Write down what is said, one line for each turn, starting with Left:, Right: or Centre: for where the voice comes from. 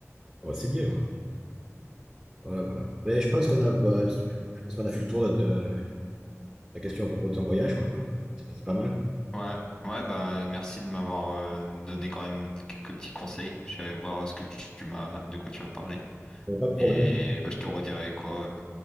Centre: oh, c'est bien, hein. Voilà, voilà. Mais je pense qu'on a, bah, je pense qu'on a fait le tour de, de- la question à propos de ton voyage, quoi, non? C'est pas c'est pas mal.
Left: Ouais, ouais, bah merci de m'avoir euh, donné quand même quelques petits conseils. Je suis allé voir ce que tu tu m'as, de quoi tu m'as parlé.
Centre: Euh, Pas de problème.
Left: Et bah je te redirai quoi euh,